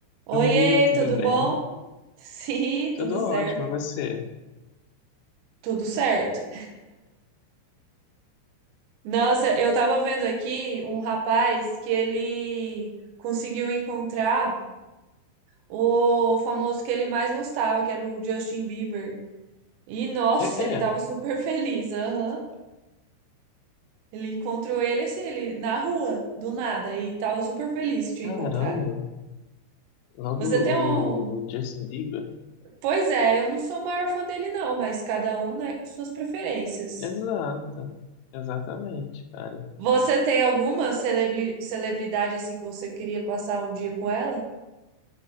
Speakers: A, on the right; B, on the left.
A: Oiê,
B: Oi, tudo
A: tudo
B: bem?
A: bom? <laughs> Sim,
B: Tudo
A: tudo certo.
B: ótimo, e você?
A: Tudo certo. Nossa, eu tava vendo aqui um rapaz que ele conseguiu encontrar o famoso que ele mais gostava, que era o Justin Bieber. E nossa,
B: É,
A: ele tava
B: é,
A: super <laughs> feliz. Aham. Ele encontrou ele assim, ele na rua, do nada, e tava super feliz que tinha
B: caramba,
A: encontrado.
B: logo
A: Você
B: o,
A: tem um.
B: o Justin Bieber.
A: Pois é, eu não sou a maior fã dele, não, mas cada um, né, com suas preferências.
B: Exato, exatamente, cara.
A: Você tem alguma celebri- celebridade assim que você queria passar um dia com ela?